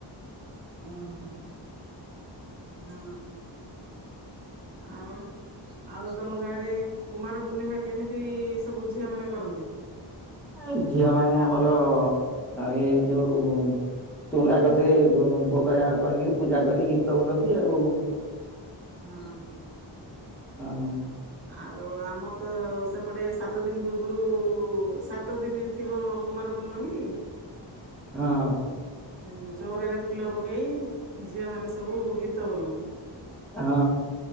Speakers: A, on the right; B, in the centre.
A: ଓ ହୋ ହଁ। ଆଉ
B: ହଁ
A: ଆଉ ତମ ଗାଁ ରେ କୁମାର ପୂର୍ଣ୍ଣିମା କେମିତି ସବୁ ଝିଅ ମାନେ କରନ୍ତି।
B: ଅ ଝିଅ ମାନେ ଆମର ଏଇ ଯୋଉ ଚଉରା କତିରେ ଭୋଗ ରାଗ କରିକି ପୂଜା କରି ଗୀତ ବୋଲନ୍ତି ଆଉ
A: ହଁ ହଁ
B: ହଁ।
A: ଆଉ ଆମର ତ ସେପଟେ ସାତ ଦିନ ପୂର୍ବରୁ ସାତ ସାତ ଦିନ ଥିବ କୁମାର ପୂର୍ଣ୍ଣମୀ
B: ହଁ।
A: ଉ ଚଉରାରେ ଫୁଲ ପକେଇ ଝିଅମାନେ ସବୁ ଗୀତ ବୋଲନ୍ତି।
B: ହଁ